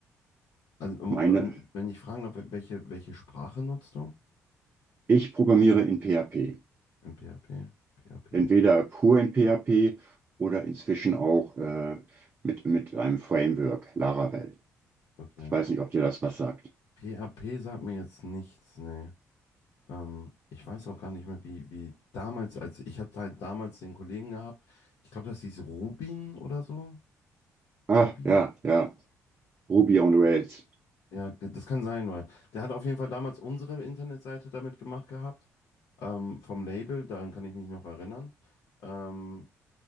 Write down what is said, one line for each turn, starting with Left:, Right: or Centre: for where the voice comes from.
Left: Also, um,
Right: Meine,
Left: ähm, wenn ich fragen darf, welche, welche Sprache nutzt du
Right: ich programmiere in PHP,
Left: im PHP? P, P H P,
Right: entweder pur in PHP oder inzwischen auch äh, mit, mit einem Framework, Laravel.
Left: okay.
Right: Ich weiß nicht, ob dir das was sagt.
Left: P H P sagt mir jetzt nichts, nee. Ähm, ich weiß auch gar nicht mehr, wie, wie damals, als ich hatte halt damals den Kollegen gehabt, ich glaube, das hieß Rubin oder so.
Right: Ah,
Left: Rubi?
Right: ja, ja. Ruby
Left: Ru
Right: on Rails.
Left: ja, das kann sein, weil der hat auf jeden Fall damals unsere Internetseite damit gemacht gehabt, ähm, vom Label, daran kann ich mich noch erinnern. Ähm,